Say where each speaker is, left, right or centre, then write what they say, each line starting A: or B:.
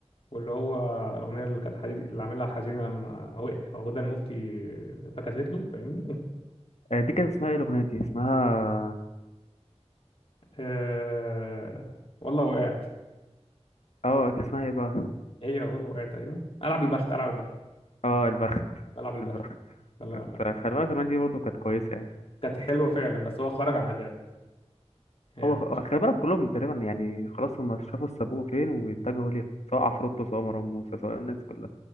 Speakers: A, on the left; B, on the left.
A: واللي هو الاغنيه اللي كانت حديد اللي عاملها حزينه لما هو- هدى المفتي فكست له فاهمني
B: آه، دي كانت اسمها ايه الاغنيه دي اسمها
A: <laughs> آه، والله وقعت
B: اه كان اسمها ايه بقى
A: هي والله وقعت تقريبا العب البخت العب البخت
B: اه البخت
A: العب البخت
B: البخت
A: لا لا،
B: كانت خلي بالك الاغنيه دي برضه كانت كويسه يعني
A: كانت حلوه فعلا بس هو خرج عن الراب يعني
B: هو هو خلي بالك كلهم تقريبا يعني خلاص هم شافوا السابوه فين واتجهوا ليها سواء عفروتو سواء مروان موسى سواء الناس دي كلها